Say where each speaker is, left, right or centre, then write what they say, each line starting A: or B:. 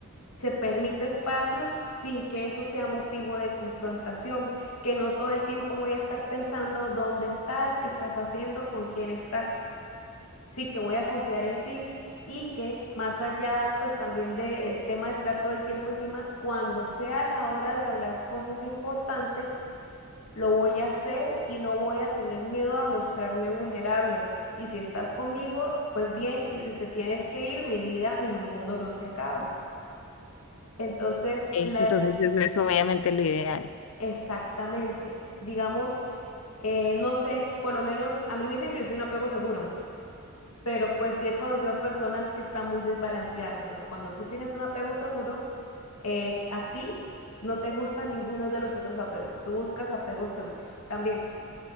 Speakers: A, on the left; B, on the left.
A: Se permite espacios sin que eso sea motivo de confrontación, que no todo el tiempo voy a estar pensando dónde estás, qué estás haciendo, con quién estás. Sí que voy a confiar en ti y que más allá pues también del tema de estar todo el tiempo encima, cuando sea la hora de hablar cosas importantes, lo voy a hacer y no voy a tener miedo a mostrarme vulnerable. Y si estás conmigo, pues bien, y si te tienes que ir, mi vida y mi mundo no se acaba. Entonces,
B: Ok,
A: la
B: Entonces eso es obviamente lo ideal.
A: Exactamente. Digamos, eh, no sé, por lo menos a mí me dicen que yo soy un apego seguro, pero pues sí he conocido personas que están muy desbalanceadas. Entonces, cuando tú tienes un apego seguro, eh, a ti no te gustan ninguno de los otros apegos. Tú buscas apegos seguros también.